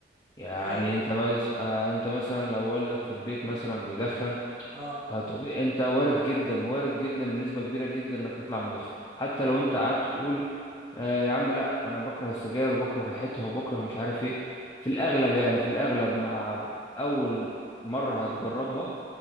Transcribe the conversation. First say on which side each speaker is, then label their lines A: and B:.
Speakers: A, on the left (about 20°); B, on the right (about 20°).
A: يعني
B: دي حقيقه
A: انت مس... آه، انت مثلا لو والدك في البيت مثلا بيدخن
B: اه
A: فطبيعي انت وارد جدا وارد جدا بنسبة كبيرة جدا انك تطلع مدخن حتى لو انت قعدت تقول آه يا عم لا انا بكره السجاير وبكره ريحتها وبكره مش عارف ايه في الاغلب يعني في الاغلب مع اول مرة هتجربها